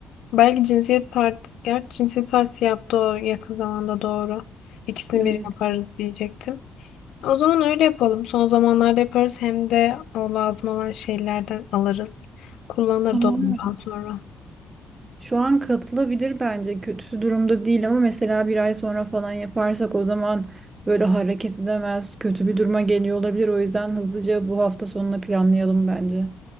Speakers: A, on the left (about 80°); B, on the right (about 30°).
A: belki cinsiyet partisi, gerçi cinsiyet partisi yaptı o yakın zamanda doğru. İkisini
B: Evet.
A: bir yaparız
B: evet.
A: diyecektim. O zaman öyle yapalım. Son zamanlarda yaparız hem de o lazım olan şeylerden alırız. Kullanır
B: Tamam.
A: da ondan sonra.
B: Şu an katılabilir bence. Kötü durumda değil ama mesela bir ay sonra falan yaparsak o zaman böyle hareket edemez, kötü bir duruma geliyor olabilir. O yüzden hızlıca bu hafta sonuna planlayalım bence.